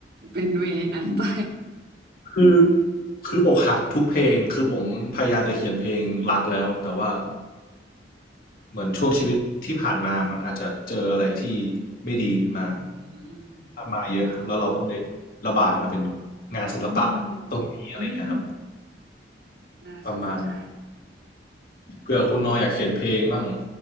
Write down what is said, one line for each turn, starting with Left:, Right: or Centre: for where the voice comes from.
Right: เป็นเวนั้นไป
Left: คือ คืออกหักทุกเพลงคือผมพยายามจะเขียนเพลงรักแล้วแต่ว่าเหมือนช่วงชีวิตที่ผ่านมามันอาจจะเจออะไรที่ไม่ดีมา
Right: <laughs> อืม
Left: ผ่านมาเยอะแล้วเราก็เลยระบายมาเป็น
Right: เราก็เอา
Left: งานศิลปะตรงนี้อะไรเงี้ยครับ
Right: อืม อืม น่าสนใจ
Left: ประมาณนั้นเผื่อคุณนออยากเขียนเพลงมั่ง